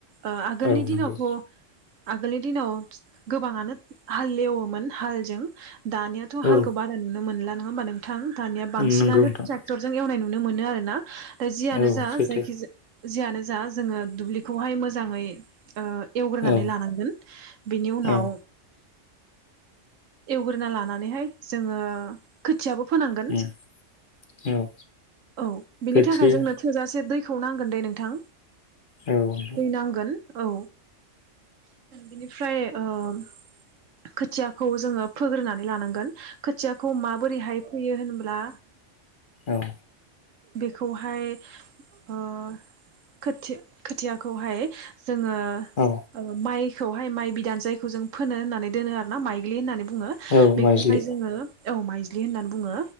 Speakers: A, on the right; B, on the left.
A: ओं आगोलनि
B: औ
A: दिनावथ'
B: नंगौ
A: आगोलनि दिनाव बिद-गोबाङानो हाल एवोमोन हालजों। दानियाथ'
B: औ
A: हालखौ बारा नुनो मोनला। नङा होमबा नों नोंथां दानिया बांसिनानो
B: नंगौ नोंथां
A: ट्रेक्टरजों एवनाय नुनो मोनो आरोना। जियानो
B: औ
A: जा
B: सैथो
A: जायखिजाया जियानो जा जोङो दुब्लिखौहाय मोजाङै ओ एवग्रोनानै
B: औ
A: लानांगोन बेनि उनाव
B: औ
A: एवग्रोना लानानैहाय जोङो खो थियाबो फोनांगोन
B: उम औ
A: औ बिनि
B: खोथिया
A: थाखाय जोंनो थोजासे दै खौ नांगोन दे नोंथां।
B: औ औ
A: दै नांगोन औ। बिनिफ्राय ओं खोथिया खौ जोङो फोग्रोनानै लानांगोन खोथिया खौ माबोरैहाय फैयो होन ब्ला
B: औ।
A: बेखौहाय ओं खोथि-खोथियाखौहाय जोङो
B: औ
A: ओं माइ खौहाय माइ बिदान जायखौ जों फोनो होननानै दोनो आरोना माइ माइलि होननानै बुङो
B: औ
A: बेखौहाय
B: माइज्लि
A: जोङो औ माइज्लि होननानै बुङो